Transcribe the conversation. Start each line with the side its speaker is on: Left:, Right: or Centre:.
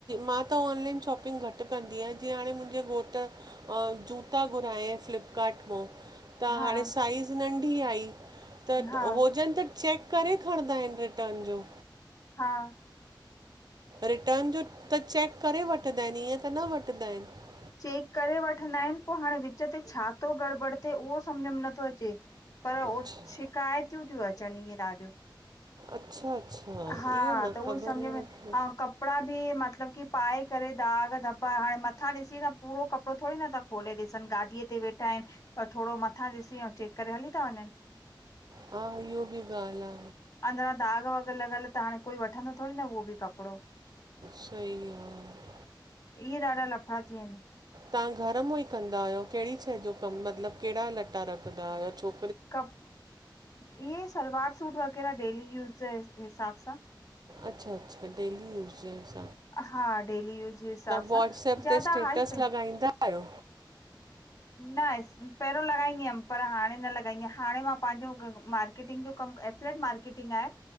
Right: मां त ऑनलाइन शॉपिंग घटि कंदी आया जीअं हाणे मुंहिंजे घोटु अ जूता घुराया फ्लिपकार्ट मां त
Left: हा
Right: हाणे साइज़ नंढी आई त
Left: हा
Right: हुजनि त चेक करे खणंदा आइनि रिटन जो
Left: हा
Right: रिटन जो त चेक करे वठंदा आइनि ईअं त न वठंदा आइनि
Left: चेक करे वठंदा आइनि पो हाणे विच ते छा तो गड़बड़ थे उओ सम्झ में नथो अचे पर ओ
Right: अच्छा
Left: शिकायतियूं तियूं अचनि इएं ॾाढियूं
Right: अच्छा अच्छा
Left: हा
Right: इहो न
Left: त उओ
Right: ख़बर
Left: ई सम्झ
Right: हुई मूंखे
Left: में अऊं कपिड़ा बि मतलब की पाए करे दाग़ दॿा हाणे मथां ॾिसी त पूरो कपिड़ो थोरी न था खोले ॾिसनि गाॾीअ ते वेठा आइनि ऐं थोड़ो मथां ॾिसी अऊं चेक करे हली ता वञनि
Right: हा इहो बि ॻाल्हि आ
Left: अंदिरां दाॻ वग़ैरे लॻियल त हाणे कोई वठंदो थोड़ी न उओ बि कप कपिड़ो
Right: सही आहे
Left: इए ॾाढा लफड़ा थी वेंदा आइनि
Right: तां घर मां ई कंदा आयो कहिड़ी शइ जो कमु मतलबु कहिड़ा लटा रखदा आहियो छो
Left: कप इये सलवार सूट वग़ैरह डेली यूज़ जे हि हिसाब सां
Right: अच्छा अच्छा डेली यूज़ जे हिसा
Left: हा डेली यूज़ जे हिसाब
Right: व्हाट्सएप
Left: सां ज्यादा
Right: ते स्टेटस
Left: हाइप आइनि
Right: लॻाईंदा आहियो
Left: न पहिरों लॻाईंदी हुअमि पर हाणे न लॻाईंदी आया, हाणे मां पांहिंजो मार्केटिंग जो कमु कर एफलेट मार्केटिंग आए